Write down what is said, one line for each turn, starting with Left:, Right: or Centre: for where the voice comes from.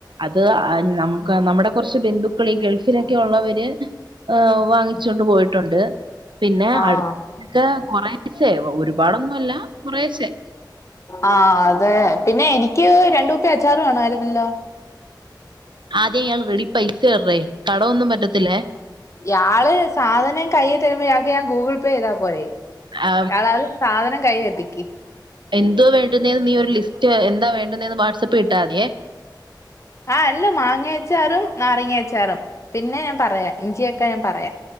Right: അത് ആഹ് നമ് നമ്മുടെ കുറച്ച് ബന്ധുക്കൾ ഈ ഗൾഫിലൊക്കെ ഉള്ളവര് വാങ്ങിച്ചോണ്ട് പോയിട്ടുണ്ട്. പിന്നെ
Left: ആഹ്
Right: അട്ക്ക കുറേശെ ഒരുപാടൊന്നും ഇല്ല കുറേശേ
Left: ആഹ് അതെ പിന്നെ എനിക്ക് രണ്ട് കുപ്പി അച്ചാറ് വേണമായിരുന്നല്ലോ?
Right: ആദ്യം ഇയാള് റെഡി പൈസ <unintelligible> കടം ഒന്നും പറ്റത്തില്ലേ
Left: ഇയാള് സാധനം കയ്യിൽ തരുമ്പോ ഇയാൾക്ക് ഞാൻ ഗൂഗിൾ പേ ചെയ്താ പോരെ
Right: ആ,
Left: <unintelligible> സാധനം കയ്യിലെത്തിക്ക്
Right: എന്തുവാ വേണ്ടുന്നേന്ന് നീ ഒരു ലിസ്റ്റ് എന്താ വേണ്ടുന്നേന്ന് വാട്സ്ആപ്പിൽ ഇട്ടാതിയേ
Left: ആഹ് അല്ല മാങ്ങ അച്ചാറും നാരങ്ങ അച്ചാറും പിന്നെ ഞാൻ പറയാം ഇഞ്ചിയൊക്കെ ഞാൻ പറയാം.